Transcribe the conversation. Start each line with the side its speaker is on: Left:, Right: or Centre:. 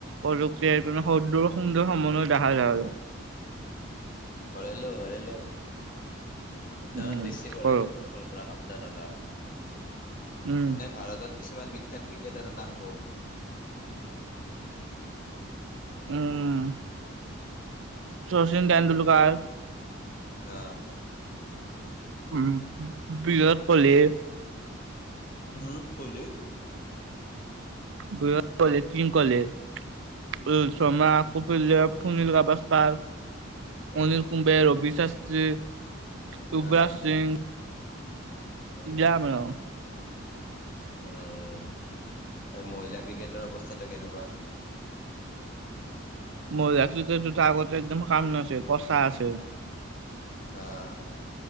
Right: প্ৰযুক্তি এই পিনে সুন্দৰ সুন্দৰ সমন্বয় দেখা যায় আৰু
Left: ভৰাই ল ভৰাই ল দুটামান
Right: উম
Left: বেছি ভৰাই
Right: কৰো
Left: ল মোৰ সৰু পৰা সাবধান লোৱা
Right: উম
Left: এনে ভাৰতত কিছুমান বিখ্যাত ক্ৰিকেটাৰ নাম কওঁ
Right: উম চচিল তেণ্ডুলকাৰ
Left: অহ
Right: উম বিৰাট কোৱলি
Left: বিৰাট কোৱালি
Right: বিৰাট কোৱালি কিং কোৱালি উম ৰোহিত শৰ্মা আকৌ সুনীল গভা ষ্ট্ৰৰঅনিল
Left: উম,
Right: কুম্বে ৰবি শাস্ত্ৰী যুৱৰাজ
Left: অহ
Right: সিং
Left: উম
Right: দিয়া মানে
Left: উম মহিলা ক্ৰিকেটৰ অৱস্থাটো কেনেকুৱা
Right: মহিলা ক্ৰিকেটটো আগতে একদম কাম নাছিল পচা আছে
Left: অহ